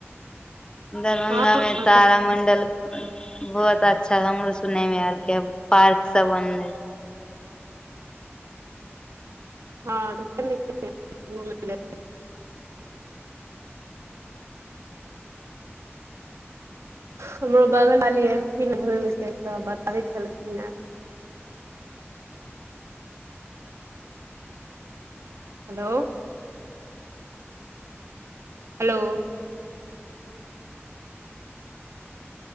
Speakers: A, on the left; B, on the right.
A: दरभंगा
B: हँ
A: में
B: हँ
A: तारा मंडल बहुत अच्छा हमरो सुन मे आयल केब पार्क सब बनले
B: हँ <unintelligible> हमरो बगल वाली एलखिन घुम के तऽ बताबै छलखिन हे हेलो हेलो